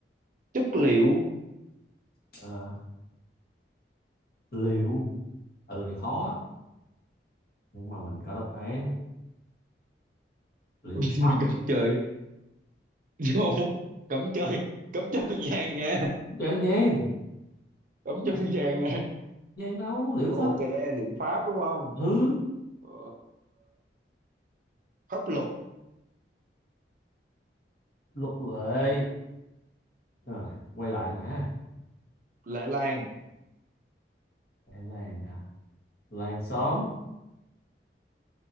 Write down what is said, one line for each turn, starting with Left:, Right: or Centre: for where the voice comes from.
Right: chất liệu
Left: Ờ, liệu từ này khó á, nhưng mà mình có đáp án liệu
Right: <laughs>
Left: pháp
Right: cấm chơi vô cấm chơi cấm chân vàng nha
Left: chẳng gian gian
Right: cấm chân vàng nha
Left: đâu liệu
Right: ok
Left: pháp
Right: liệu pháp đúng không
Left: ừ
Right: ờ, pháp luật
Left: luật lệ à, quay lại nãy
Right: lệ làng
Left: An Giang à. làng xóm